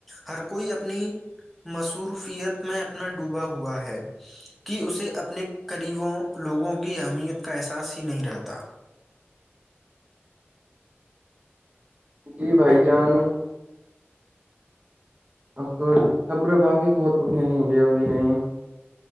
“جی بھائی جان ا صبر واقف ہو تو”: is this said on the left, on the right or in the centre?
Right